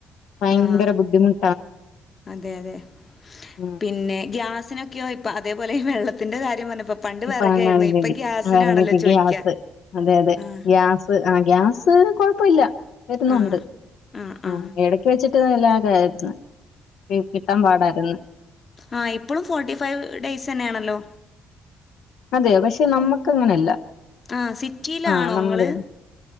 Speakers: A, on the left; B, on the left.
A: ഭയങ്കര
B: ആ.
A: ബുദ്ധിമുട്ട്
B: അതെ അതെ
A: ഉം
B: പിന്നെ ഗ്യാസിനൊക്കെയോ ഇപ്പ അതേപോലെ വെള്ളത്തിന്റെ കാര്യം പറഞ്ഞപ്പോ പണ്ട്
A: ഇ
B: വെറകായിരുന്നു
A: പറ പറഞ്ഞ <unintelligible>
B: ഇപ്പൊ ഗ്യാസിനാണല്ലോ
A: അ ഇറങ്ങിട്ട്
B: ചോയിക്ക.
A: ഗ്യാസ് അതെ അതെ
B: ആഹ്
A: ഗ്യാസ് ആ ഗ്യാസ് കൊഴപ്പില്ല വരുന്നുണ്ട്
B: ആഹ് ആഹ്
A: ആ
B: ആഹ്
A: എടക്ക് വെച്ചിട്ട് ഇല്ലാതായിരുന്നു. കി കിട്ടാൻ പാടായിരുന്ന്.
B: ആ ഇപ്പളും ഫോർട്ടി ഫൈവ് ഡേയ്സ് എന്നെയാണല്ലോ?
A: അതെ പക്ഷെ നമ്മക്ക് അങ്ങനല്ല.
B: ആഹ് സിറ്റിയിലാണോ
A: ആഹ നമ്മടെ
B: ഇങ്ങള്?